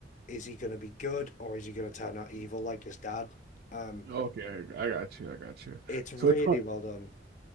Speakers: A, on the left; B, on the right.
A: is he going to be good or is he going to turn out evil like his dad? Um,
B: you. Okay, I, I got you. I got you.
A: it's really
B: So it's kind-
A: well done.